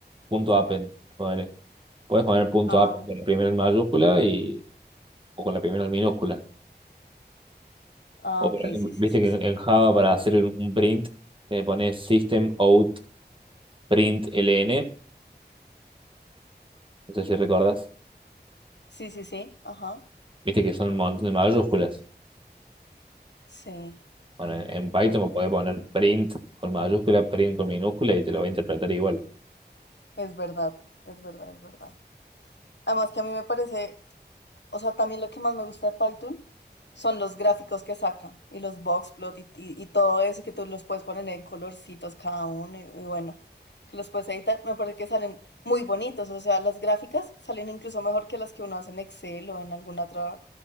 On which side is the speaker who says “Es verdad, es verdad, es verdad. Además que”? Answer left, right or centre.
Left